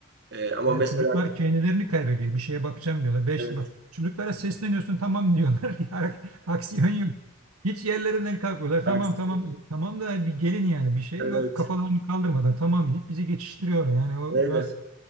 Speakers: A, on the right (about 50°); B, on the right (about 85°).
A: E, ama
B: Yani
A: mesela
B: çocuklar kendilerini kaybediyor. Bir şeye bakacağım diyorlar. Beş,
A: evet,
B: bak, çocuklara sesleniyorsun tamam diyorlar. <laughs> Ya, Aksiyon yok. Hiç yerlerinden kalkmıyorlar.
A: aksi-
B: Tamam tamam. Tamam da bir gelin yani bir şey
A: evet
B: yok. Kafalarını kaldırmadan tamam deyip bizi geçiştiriyorlar. Yani o
A: öyle.
B: biraz